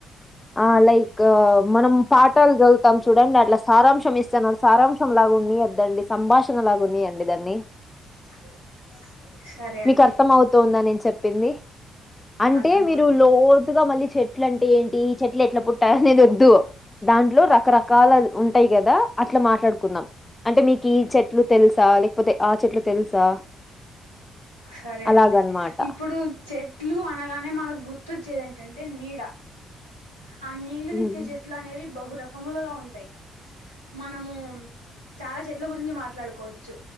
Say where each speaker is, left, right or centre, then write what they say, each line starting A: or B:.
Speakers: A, on the left; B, on the left.
A: ఆ లైక్ గా మనం పాఠాలు చదువుతాం చూడండి అట్ల సారాంశం ఇస్తన్నారు సారాంశం లాగ ఉన్నియద్దండి సంభాషణలాగ ఉండనీయండి దాన్ని
B: <inaudible> సరే
A: మీకు
B: అండి
A: అర్థం అవుతుందా నేను చెప్పింది అంటే
B: అర్థమవుతుంది
A: మీరు లోతుగా మళ్ళీ చె ట్ల అంటే ఏంటి చెట్లు ఎట్లా పుట్టాయి అనేది వొద్దు దాంట్లో రకరకాల ఉంటాయి కదా అట్లా మాట్లాడుకుందాం అంటే మీకు ఈ చెట్లు తెలుసు సా లేకపోతే ఆ చెట్లు తెలుసా
B: సరే
A: అలాగనమాట
B: అండి ఇప్పుడు చెట్లు అనగానే మనకు గుర్తొచ్చేది ఏంటంటే నీడ ఆ నీళ్ళనిచ్చే
A: ఉమ్,
B: చెట్లు అనేవి బహు రకములుగా ఉంటాయి మనము చాలా చెట్ల గురించి మాట్లాడుకోవచ్చు